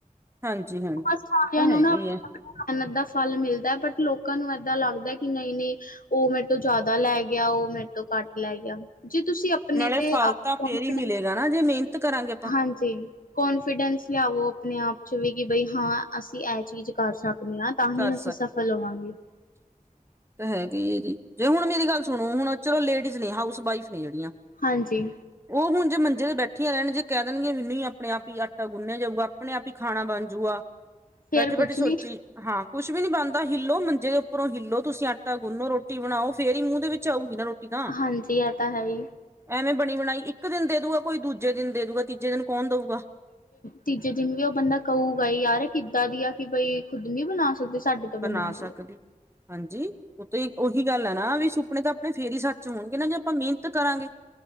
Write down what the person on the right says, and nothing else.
ਹਾਂਜੀ ਹਾਂਜੀ
ਇਹ ਤਾਂ
ਹੈਗੀ
ਹੈ
ਨਾਲੇ
ਫਲ
ਤਾਂ ਫੇਰ
ਹੀ ਮਿਲੇਗਾ ਨਾ ਜੇ ਮਿਹਨਤ ਕਰਾਂਗੇ ਆਪਾਂ
ਕਰ
ਹੈਗੀ ਹੈ ਜੀ, ਜੇ ਹੁਣ ਮੇਰੀ ਗੱਲ ਸੁਣੋ, ਹੁਣ ਚਲੋ ਲੇਡੀਜ਼ ਨੇ, ਹਾਊਸ ਵਾਈਫ ਨੇ ਜਿਹੜੀਆਂ
ਉਹ ਹੁਣ ਜੇ ਮੰਜੇ ਤੇ ਬੈਠੀਆਂ ਰਹਿਣ, ਜੇ ਕਹਿ ਦੇਣਗੀਆਂ ਵੀ ਨਹੀਂ ਆਪਣੇ ਆਪ ਹੀ ਆਟਾ ਗੁੰਨਿਆ ਜਾਊਗਾ ਆਪਣੇ ਆਪ ਹੀ ਖਾਣਾ ਬਣ ਜੂਗਾ,
ਬੈਠੀ
ਬੈਠੀ ਸੋਚੀ
ਹਾਂ, ਕੁਛ ਵੀ ਨੀ ਬਣਦਾ, ਹਿੱਲੋ, ਮੰਜੇ ਦੇ ਉੱਪਰੋਂ ਹਿੱਲੋ, ਤੁਸੀਂ ਆਟਾ ਗੁੰਨੋ, ਰੋਟੀ ਬਣਾਓ। ਫਿਰ ਹੀ ਮੂੰਹ ਦੇ ਵਿੱਚ ਆਉਗੀ ਨਾ ਰੋਟੀ। ਤਾਂ
ਐਵੇਂ ਬਣੀ ਬਣਾਈ ਇੱਕ ਦਿਨ ਦੇ ਦੂਗਾ ਕੋਈ, ਦੂਜੇ ਦਿਨ ਦੇ ਦੂਗਾ, ਤੀਜੇ ਦਿਨ ਕੌਣ ਦਊਗਾ?
ਬਣਾ ਸਕਦੀ।
ਹਾਂਜੀ, ਉਹ ਤਾਂ ਉਹੀ ਗੱਲ ਹੈ ਨਾ ਵੀ ਸੁਪਨੇ ਤਾਂ ਆਪਣੇ ਫਿਰ ਹੀ ਸੱਚ ਹੋਣਗੇ ਨਾ ਜੇ ਆਪਾਂ ਮਿਹਨਤ ਕਰਾਂਗੇ।